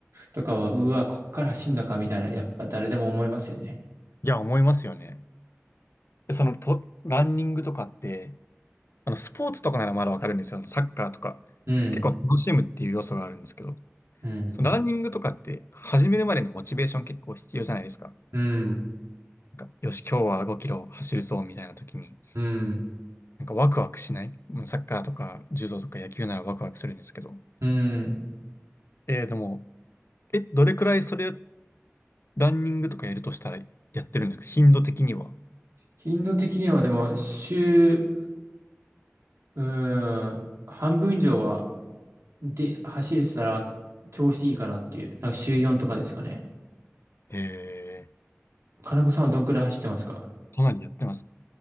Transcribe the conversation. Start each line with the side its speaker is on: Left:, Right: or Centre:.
Right: とかは、うわ、こっから走んのかみたいな、やっぱ誰でも思いますよね。
Left: いや、思いますよね。そのと、ランニングとかって、あの、スポーツとかならまだわかるんですよ。あの、サッカーとか。
Right: うん、
Left: 結構楽しむっていう要素があるんですけど、
Right: うん、
Left: そのランニングとかって、始めるまでのモチベーション結構必要じゃないですか。
Right: うん、
Left: なんか、よし、今日は5キロ走るぞ、みたいな時に、
Right: うん、
Left: なんかワクワクしない。うんサッカーとか柔道とか野球ならワクワクするんですけど。
Right: うん。
Left: えーでも、え、どれくらいそれ、ランニングとかやるとしたらやってるんですか頻度的には。
Right: 頻度的にはでも、週、うん、半分以上は、で、走れてたら調子いいかなっていう、なんか週4とかですかね。
Left: え
Right: 金子さんはどんくらい走ってますか
Left: ー、かなりやってます。